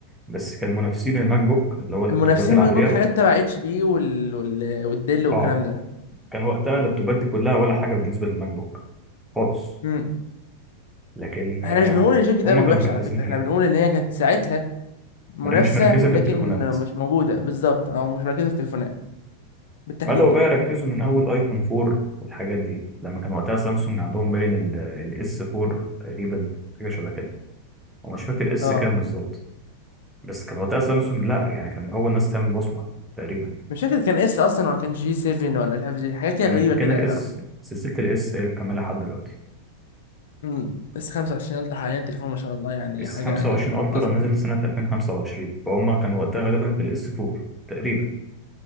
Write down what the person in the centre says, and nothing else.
بس كان منافسين الماك بوك اللي هو اللابتوبات
العادية
أه
كان وقتها اللابتوبات دي كلها ولا حاجة بالنسبة للماك بوك خالص
لكن آه،
هما
كانوا
مركزين
فيها
ما دام مش مركزة في
التليفونات
بدأوا بقى
يركزوا من أول أيفون 4 والحاجات دي لما كان وقتها سامسونج عندهم باين الاس 4 تقريبا حاجة شبه كده ومش فاكر اس
كام بالظبط بس كان وقتها سامسونج لا يعني كان اول ناس تعمل بصمه تقريبا
كان
كان الاس سلسله الاس هي اللي مكمله لحد دلوقتي
اس
25 الترا
نزل
سنه 2025 فهم كانوا وقتها غالبا في الاس 4 تقريبا